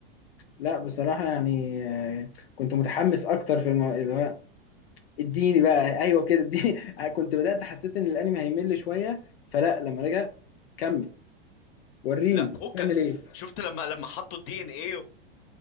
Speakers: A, on the left; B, on the left.
A: لا بصراحة يعني آه، كنت متحمس أكتر في المو... اللي هو اديني بقى أيوه كده اديني <laughs> كنت بدأت حسيت إن الأنمي هيمل شوية فلا لما رجع كمل وريني
B: لا فكك
A: هتعمل إيه
B: شفت لما لما حطوا الدي ان ايه